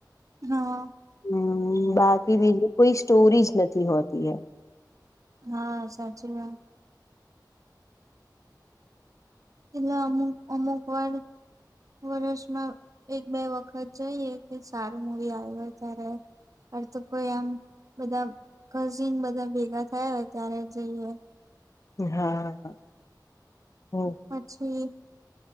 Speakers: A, on the right (about 50°); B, on the left (about 45°).
A: હા.
B: હમ, બાકી બીજું કોઈ સ્ટોરીજ નથી હોતી એમ.
A: હા, સાચી વાત. પલા અમુક અમુક વાર વર્ષમાં એક બે વખત જઈએ. કે સારું મૂવી આવ્યું. ત્યારે અર તો કોઈ આમ બધા કસીન બધા ભેગા થયા હોય. ત્યારે જઈએ.
B: હા... હ
A: પછી